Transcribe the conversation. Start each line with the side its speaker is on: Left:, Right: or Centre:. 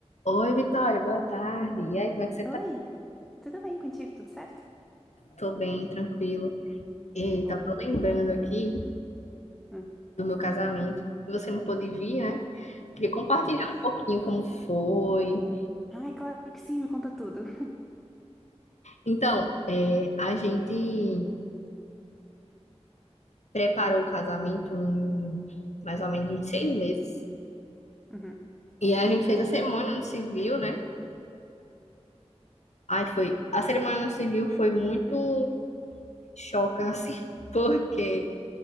Left: Oi, Vitória, boa tarde. E aí, como é que você tá?
Centre: Oi, tudo bem contigo? Tudo certo?
Left: Tô bem, tranquilo. E
Centre: Que
Left: tava
Centre: bom.
Left: lembrando aqui
Centre: Hum,
Left: do meu casamento. Você não pôde vir, né? Queria compartilhar
Centre: pois.
Left: um pouquinho como foi.
Centre: Ai, claro que sim, me conta tudo. <laughs>
Left: Então, é, a gente preparou o casamento em mais ou menos uns seis meses.
Centre: Uhum,
Left: E a gente fez a cerimônia no civil, né? Ai, foi. A cerimônia no civil foi muito choca, assim, <laughs> porque